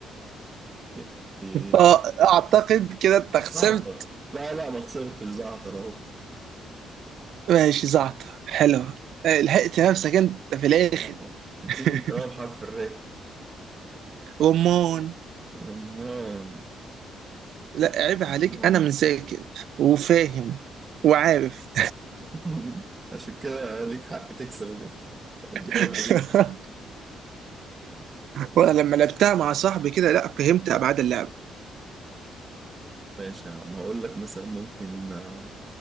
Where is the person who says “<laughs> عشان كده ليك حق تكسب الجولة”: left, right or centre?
Right